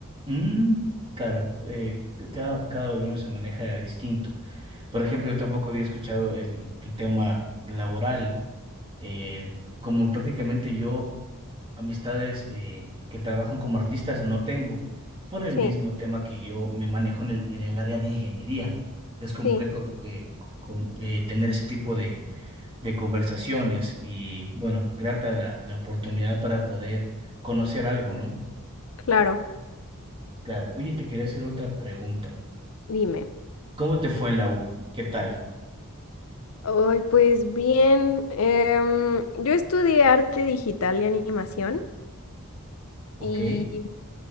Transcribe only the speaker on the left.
Sí,
sí,
claro,
dime.
Ay, pues bien, em, yo estudié arte digital y animación
y